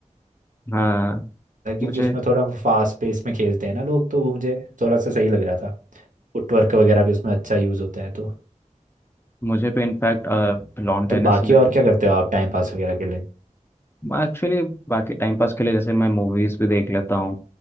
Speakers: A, on the left; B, on the right.
A: हाँ
B: था क्योंकि
A: मुझे
B: उसमें थोड़ा फास्ट पेस में खेलते हैं ना लोग तो वो मुझे थोड़ा सा सही लग रहा था फुटवर्क वगैरह भी उसमें अच्छा यूज़ होता है तो
A: मुझे भी इनफैक्ट लॉन टेनिस
B: तो बाकी
A: में
B: और क्या करते हो आप टाइम पास वगैरह के लिए
A: एक्चुअली बाकी टाइम पास के लिए जैसे मैं मूवीज़ भी देख लेता हूँ